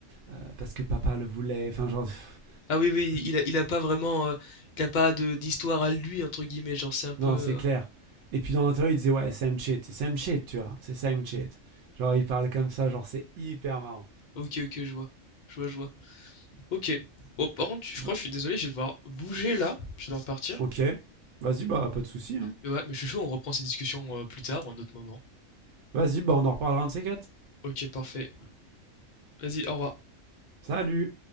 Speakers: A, on the right; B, on the left.
A: euh, parce que papa le voulait. Enfin, genre, pff,
B: Ah oui, oui, il a, il a pas vraiment... euh, Il a pas de d'histoire à lui, entre guillemets, genre c'est un peu...
A: non,
B: euh,
A: c'est clair. Et puis dans l'interview, il disait, ouais, same shit, c'est same shit, tu vois, c'est same shit. Genre, il parle comme ça, genre, c'est hyper marrant.
B: Ok, ok, je vois. Je vois, je vois. Ok. Bon, par contre, je crois,
A: B-
B: je suis désolé, je vais devoir bouger là. Je vais devoir partir.
A: ok, vas-y, bah, pas de souci. hein.
B: Mais ouais, mais je suis chaud, on reprend ces discussions euh, plus tard ou à un autre moment.
A: Vas-y, bah on en reparlera un de ces quatre.
B: Ok, parfait. Vas-y, au revoir.
A: Salut